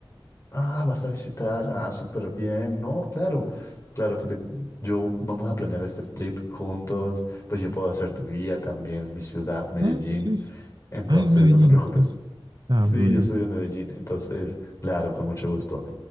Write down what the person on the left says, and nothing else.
Ah, vas a visitar, ah, súper bien, ¿no? Claro, claro que te- yo vamos a planear este trip juntos, pues yo puedo ser tu guía también en mi ciudad, Medellín.
Entonces,
no te preocupes.
Sí,
yo
soy de Medellín, entonces, claro, con mucho gusto.